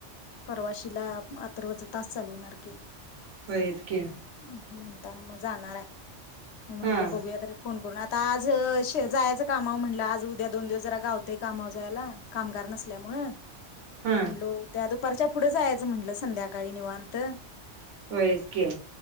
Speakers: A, on the left; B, on the right.
A: परवाशीला अत्तर्वच तास चालू होणार की
B: होयंच की
A: म्हणताना मग जाणार आहे म म्हटलं
B: हा
A: बघूया तरी फोन करून आता आज जायचं कामाव म्हटलं आज द्या दोन दिवस जरा गावतय कामाव जायला कामगार नसल्यामुळे
B: हा
A: म्हणलो त्या पारच्या पुढं जायचं म्हटलं संध्याकाळी निवांत
B: होयंच की